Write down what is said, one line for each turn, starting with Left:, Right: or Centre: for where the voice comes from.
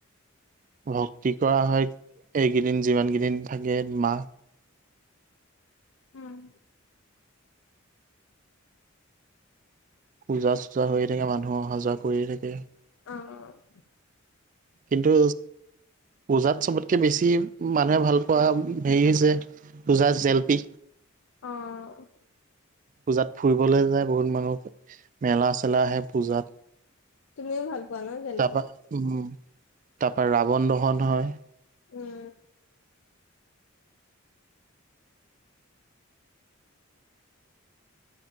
Right: ভক্তি কৰা হয়, এইকেইদিন যিমান কেইদিন থাকে মাহ। <inaudible>
Left: উম'।
Right: পূজা- চোজা হৈয়ে থাকে, মানুহ অহা-যোৱা কৰিয়ে থাকে।
Left: অ', -অ'
Right: কিন্তু পূজাত চবতকে বেছি মানুহে ভাল পোৱা হেৰি হৈছে পূজা জেলেপি
Left: অ'
Right: পূজাত ফুৰিবলৈ যায়, বহুত মানুহ মেলা-চেলা আহে পূজাত
Left: তুমিও ভাল পোৱা ন জেলেপি
Right: তাৰপা উম, তাৰপা ৰাৱণ দহন হয়।
Left: উম'